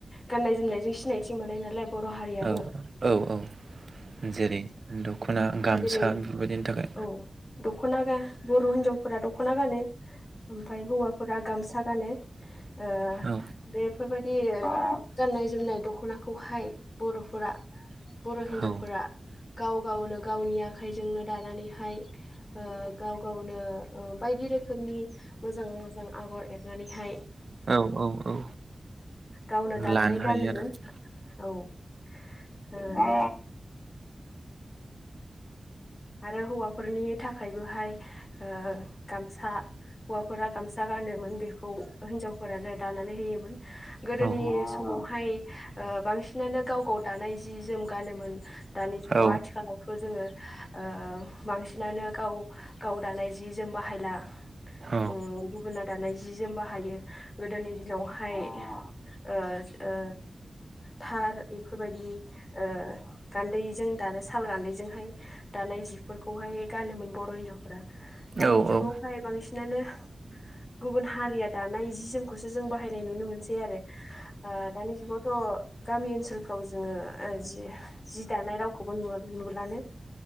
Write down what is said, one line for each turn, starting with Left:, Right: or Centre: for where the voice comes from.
Left: गाननाय जोमनायजों सिनायथिं मोननाय नालाय बर' हारियाबो
Right: औ औ औ जेरै दख'ना गामसा
Left: जेरै
Right: बेफोरबायदिनि थाखाय
Left: औ दख'ना गा बर' हिन्जावफोरा दख'ना गानो ओमफ्राय हौवाफोरा गामसा गानो ओ
Right: औ
Left: बेफोरबायदि गाननाय जोमनाय दख'नाखौहाय बर'फोरा बर' हिन्जावफोरा
Right: औ
Left: गाव गाव ल गावनि आखाइजोंनो दानानैहाय ओ गाव गावनो ओ बायदि रोखोमनि मोजा मोजां आगर एरनानैहाय
Right: औ औ औ
Left: गावनो दानानै
Right: लानो हायो
Left: गानोमोन
Right: आरो
Left: औ आरो हौवाफोरनि थाखायबोहाय ओ गामसा हौवाफोरा गामसा गानोमोन बेखौ हिनजावफोरानो दानानै होयोमोन गोदोनि
Right: औ
Left: समावहाय ओ बांसिनानो गाव गाव दानाय जि जोम गानोमोन दानि जुगाव
Right: औ
Left: आथिखालावथ जोंङो <inaudible> ओ ओ बांसिनानो गाव गाव दानाय जि जोम बाहायला
Right: औ
Left: उम गुबुना दानाय जि जोम बाहायो गोदोनि दिनावहाय ओ ओ थार बेफोरबायदि ओ गान्दैजों दानो साल गान्दैजोंहाय दानाय जिफोरखौहाय गानोमोन बर' हिनजावफोरा दानि
Right: औ
Left: जुगावहाय
Right: औ
Left: बांसिनानो गुबुन हारिया दानाय जि जोमखौसो जों बाहायनाय नुनो मोनसै आरो ओ दानि जुगावथ' गामि ओनसोलफ्राव जोंङो जि जि दानाय रावखौबोु नुलानो